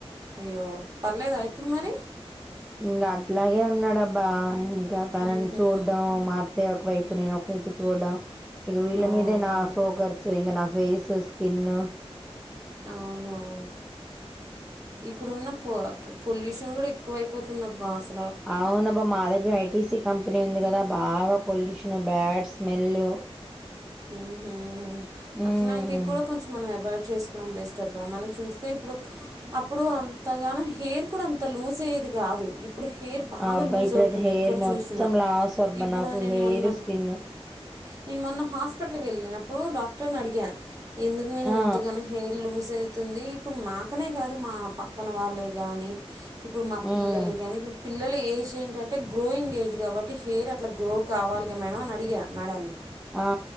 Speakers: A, on the right; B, in the centre.
A: అయ్యో పర్లేదా ఇప్పుడు మరి
B: ఇంకా అట్లాగే ఉన్నాడు బా ఇంకా తనని
A: హుహు.
B: చూడ్డం మా అత్తయ్య ఒకవైపు నేను ఒకవైపు చూడ్డం ఇక వీళ్ళ
A: ఓహో!
B: మీదే నా ఫోకర్సు ఇంగ నా ఫేసు స్కిన్ను
A: అవును అవును ఇప్పుడున్న పొ పొల్యూషన్ కూడా ఎక్కువైపోత్ తుందబ్బా అస్
B: అవునబ్బా మా దగ్గర ఐటిసి కంప్ కంపెనీ ఉంది కదా బాగా పొల్యూషన్ బ్యాడ్ స్మెలు
A: ఉహు
B: హ్మ్.
A: అట్లాంటివి కూడా కొంచెం మనం అవాయిడ్ చేస్ మనం బెస్ట్ అబ్బా మనం చూస్ తే ఇప్పుడు అప్పుడు అన్ త్త గాను హెయిర్ కూడ అంత లూజ్ అయ్యేది కాదు ఇప్పుడు హెయిర్ బాగా
B: ఆ అబ్బాయి
A: లూజ్
B: ఇప్పుడైతే
A: అవుతుంది
B: హెయిర్
A: ఎక్కడ
B: మొత్తం
A: చూసినా
B: లాస్ అబ్బా
A: ఇప్పుడు
B: నాకు
A: నేను
B: హెయిర్,
A: మొన్న
B: స్కిన్.
A: నేను మొన్న హాస్ పిట్లకి వెళ్ళినప్పుడు డాక్టర్ ని అడిగా ఎందుకు మేడం
B: ఆ!
A: ఇంతగాన హెయిర్ లూజు ఏ తుంది ఇప్పుడు మాకనే కాదు మా పక్కన వాళ్ళే గాని ఇప్పుడు మా
B: హ్మ్.
A: పిల్లలే గాని పిల్లలే ఏ ఏంటంటే గ్రోయింగ్ ఏజ్ కాబట్టి హెయిర్ అట్లా గ్రో కావాలిగా మేడం అని అడిగా మేడంని
B: ఆ